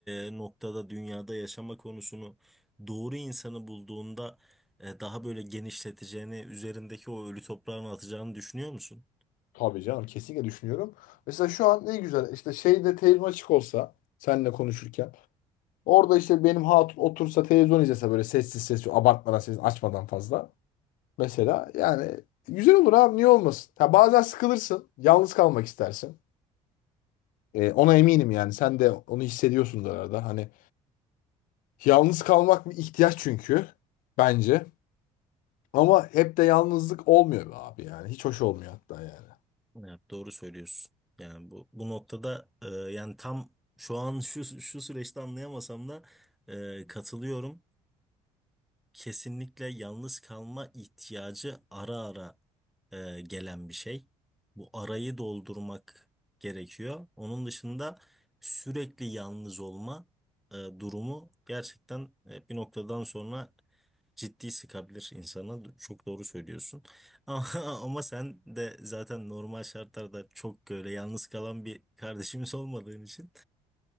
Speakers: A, in the centre; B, on the left.
A: e, noktada dünyada yaşama konusunu doğru insanı bulduğunda e, daha böyle genişleteceğini, üzerindeki o ölü toprağını atacağını düşünüyor musun?
B: Tabii canım kesinlikle düşünüyorum. Mesela şu an ne güzel işte şeyde televizyon açık olsa seninle konuşurken orada işte benim hatun otursa televizyon izlese böyle sessiz sessiz abartmadan sessiz açmadan fazla. Mesela yani güzel olur abi niye olmasın? Ha, bazen sıkılırsın yalnız kalmak istersin. Ee, ona eminim yani sen de onu hissediyorsundur arada. Hani yalnız kalmak bir ihtiyaç çünkü bence. Ama hep de yalnızlık olmuyor be abi yani hiç hoş olmuyor hatta yani.
A: Evet, doğru söylüyorsun. Yani bu bu noktada e, yani tam şu an şu şu süreçte anlayamasam da e, katılıyorum. Kesinlikle yalnız kalma ihtiyacı ara ara e, gelen bir şey. Bu arayı doldurmak gerekiyor. Onun dışında sürekli yalnız olma e, durumu gerçekten e, bir noktadan sonra ciddi sıkabilir insana. Çok doğru söylüyorsun. <laughs> Ama, ama sen de zaten normal şartlarda çok böyle yalnız kalan bir kardeşimiz <laughs> olmadığın için